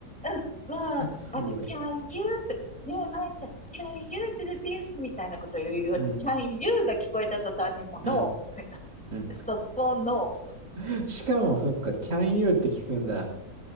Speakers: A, in the centre; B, on the right.
A: <laughs> もう、
B: わ、すごい。
A: あの、can you? とか、ねえ、まいちゃん、can you do this? みたいなことを言われて、
B: うん。
A: can you? が聞こえた途端にもう
B: うん。
A: no! みたい
B: うん。
A: な。<laughs> そこの、
B: <laughs> しかも、そっか、can you って聞くんだ。